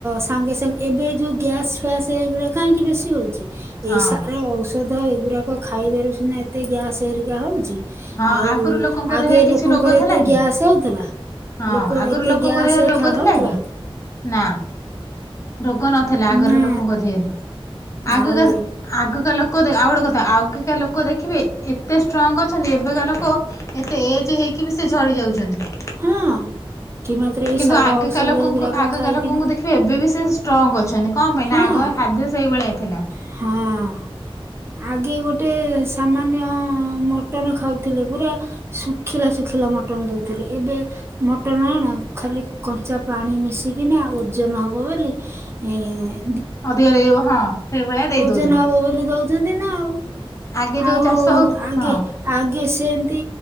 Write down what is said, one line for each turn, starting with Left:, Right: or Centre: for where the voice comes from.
Right: ସାଙ୍ଗେ ସାଙ୍ଗେ ଏବେ ଯୋଉ ଗ୍ୟାସ୍ ଫ୍ୟାସ୍ ଏଗୁଡା କାହିଁକି ବେଶୀ ହଉଛି?
Left: ହଁ
Right: ଏଇ ସାର ଔଷଧ ଏଗୁଡାକ ଖାଇବାରୁ ସିନା ଏତେ ଗ୍ୟାସ ହେରିକା ହଉଛି।
Left: ହଁ
Right: ଆଉ,
Left: ଆଗରୁ ଲୋକଙ୍କ
Right: ଆଗେ
Left: ଦେହରେ କିଛି
Right: ଲୋକଙ୍କର
Left: ରୋଗ ଥିଲା
Right: ଏତେ
Left: କି?
Right: ଗ୍ୟାସ ହଉଥିଲା।
Left: ହଁ
Right: ଲୋକ
Left: ଆଗରୁ
Right: ଏତେ
Left: ଲୋକଙ୍କ
Right: ଗ୍ୟାସ
Left: ଦେହରେ ରୋଗ
Right: ଖା
Left: ଥିଲା
Right: ହଉଥିଲା।
Left: କି? ନା, ରୋଗ ନଥିଲା ଆଗରେ
Right: ନା
Left: ଲୋକଙ୍କ ଦେହରେ ଆଗ
Right: ଆଉ
Left: ଆଗକା ଲୋକ ଆଉ ଗୋଟେ କଥା ଆଗକା ଲୋକ ଦେଖିବେ ଏତେ ଷ୍ଟ୍ରଙ୍ଗ ଅ ଛନ୍ତି, ଏବେକା ଲୋକ ଏତେ ଏଜ ହେଇକି ବି ସେ ଝଡି ଯାଉଛନ୍ତି।
Right: ହଁ, କି ମାତ୍ର ଏଇ
Left: କିନ୍ତୁ
Right: ସାର
Left: ଆଗକା
Right: ଔଷଧ
Left: ଲୋକଙ୍କୁ
Right: ଗୁଡାକ
Left: ଆଗକା
Right: ଖାଇକିନା
Left: ଲୋକଙ୍କୁ ଏବେ ବିି ସେ ଷ୍ଟ୍ରଙ୍ଗ୍ ଅଛନ୍ତି କଣ ପାଇଁ
Right: ହଁ
Left: ନା ଆଗ ଖାଦ୍ୟ ସେଇଭଳିଆ ଥିଲା।
Right: ହଁ। ଆଗେ ଗୋଟେ ସାମାନ୍ୟ ମଟନ ଖାଉଥିଲେ। ପୁରା ଶୁଖିଲା ଶୁଖିଲା ମଟନ ଦଉଥିଲେ। ଏବେ ମଟନ ଆଣ ଖାଲି କଞ୍ଚା ପାଣି ମିଶିକିନା ଓଜନ ହବ ବୋଲି। ଏଁ
Left: ଅଧିକ ଦେଇହବ ହଁ। ସେଇଭଳିଆ ଦେଇ
Right: ଓଜନ
Left: ଦଉଛନ୍ତି
Right: ହବ ବୋଲି ଦଉଛନ୍ତି ନା ଆଉ?
Left: ଆଗେ
Right: ଆଉ
Left: ଯୋଉ ଚାଷ ହଉଥ
Right: ଆଗେ
Left: ହଁ।
Right: ଆଗେ ସେମିତି